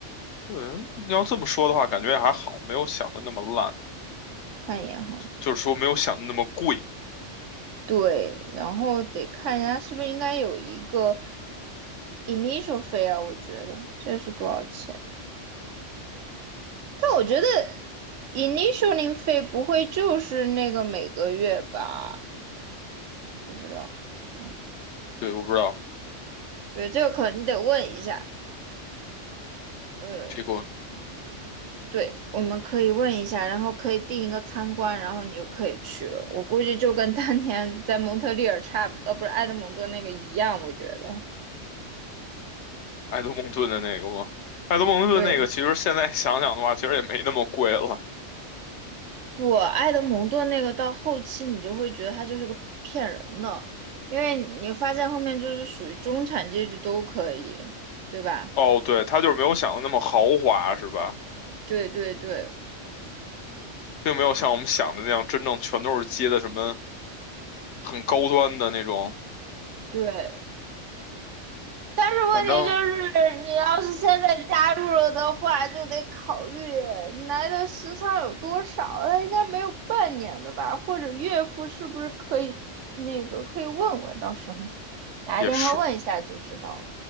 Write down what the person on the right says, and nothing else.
看一眼哈，
对，然后得看一下是不是应该有一个 initial fee 啊，我觉得这是多少钱。但我觉得 initialing 费不会就是那个每个月吧？不知道，哎，
对，这个可能你得问一下。呃，
对，我们可以问一下，然后可以定一个参观，然后你就可以去了。我估计就跟当年在蒙特利尔差不，呃，不是埃德蒙顿那个一样，我觉得。
对，
不，埃德蒙顿那个到后期你就会觉得他就是个骗人的，因为你发现后面就是属于中产阶级都可以，对吧？
对对对，
对，但是问题就是，
你要是现在加入了的话，就得考虑你来的时长有多少。他应该没有半年的吧？或者岳父是不是可以那个可以问问，到时候打个电话问一下就知道了。